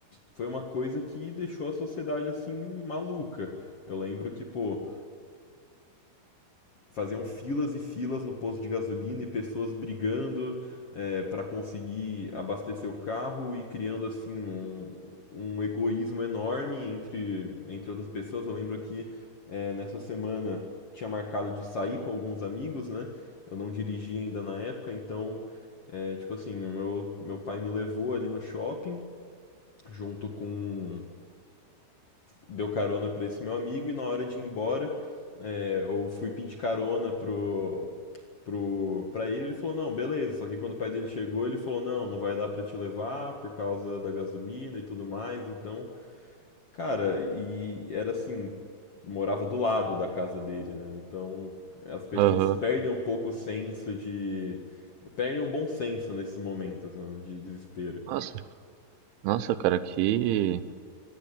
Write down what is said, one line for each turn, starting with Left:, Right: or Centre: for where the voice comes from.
Left: foi uma coisa que deixou a sociedade assim maluca. Eu lembro que, pô, faziam filas e filas no posto de gasolina e pessoas brigando é, para conseguir abastecer o carro e criando assim um, um egoísmo enorme entre, entre outras pessoas. Eu lembro que é, nessa semana tinha marcado de sair com alguns amigos, né? Eu não dirigia ainda na época, então é, tipo assim, o meu, meu pai me levou ali no shopping junto com deu carona para esse meu amigo e na hora de ir embora é, eu fui pedir carona pro, pro, pra ele, ele falou, não, beleza. Só que quando o pai dele chegou, ele falou, não, não vai dar pra te levar por causa da gasolina e tudo mais. Então, cara, e era assim, morava do lado da casa dele, né? Então, as pessoas
Right: Aham.
Left: perdem um pouco o senso de... Perdem o bom senso nesses momentos, né, de desespero.
Right: Nossa, nossa, cara, que